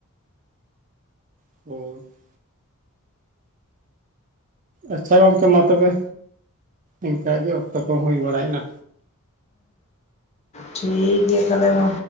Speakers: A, on the right; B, on the left.
A: <unintelligible> ᱟᱪᱪᱷᱟ ᱜᱚᱝᱠᱮ ᱢᱟ ᱛᱚᱵᱮ, ᱤᱱᱠᱮ ᱚᱠᱛᱚ ᱠᱚᱼᱦᱚᱸ ᱦᱩᱭ ᱵᱟᱲᱟᱭᱮᱱᱟ᱾
B: ᱴᱷᱤᱠ ᱜᱮᱭᱟ ᱛᱟᱦᱚᱞᱮ ᱢᱟ᱾